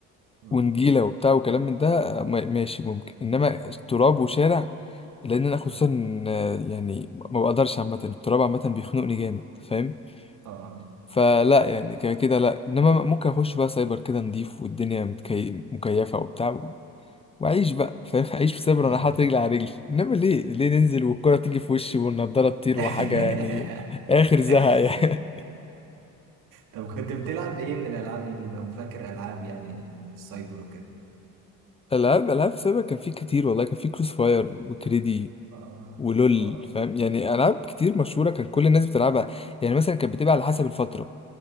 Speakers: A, on the right; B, on the left.
A: مم.
B: ونجيله وبتاع وكلام من ده ما- ماشي ممكن
A: مم.
B: انما تراب وشارع لان انا خصوصا
A: آه
B: آه، يعني ما بقدرش عامه التراب عامه بيخنقني جامد فاهم
A: آه. آه.
B: فلا يعني كده كده لا انما ممكن اخش بقى سايبر كده نضيف والدنيا
A: مم.
B: متكي... مكيفه وبتاع و- واعيش بقى فاهم اعيش في سايبر
A: مم.
B: انا حاطط رجلي على رجلي انما ليه ليه ننزل والكره تيجي في وشي والنضاره
A: <laughs>
B: تطير
A: <laughs>
B: وحاجه يعني اخر زهق يعني
A: طب كنت بتلعب ايه من الالعاب اللي لو فاكر العاب يعني في السايبر وكده
B: العاب العاب سابقا كان في كتير والله كان في كروس فاير وكريدي
A: اه
B: ولول
A: اه
B: فاهم يعني العاب كتير مشهوره كان كل الناس بتلعبها يعني مثلا كانت بتبقى على حسب الفتره